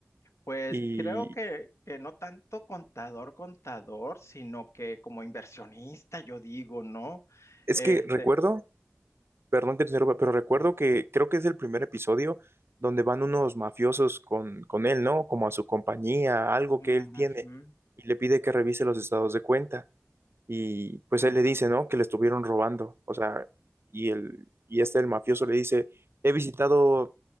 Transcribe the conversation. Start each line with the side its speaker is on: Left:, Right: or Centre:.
Left: Pues
Right: Y
Left: creo que, que no tanto contador, contador, sino que como inversionista, yo digo, ¿no?
Right: es
Left: Este,
Right: que recuerdo, perdón que te interrumpa, pero recuerdo
Left: Ujú.
Right: que creo que es el primer episodio donde van unos mafiosos con, con él, ¿no? Como a su compañía, algo
Left: ujú,
Right: que él tiene, y le pide que revise los estados de cuenta. y pues
Left: ujú,
Right: él le dice, ¿no? Que le estuvieron robando, o sea, y el, y este, el mafioso le dice, he visitado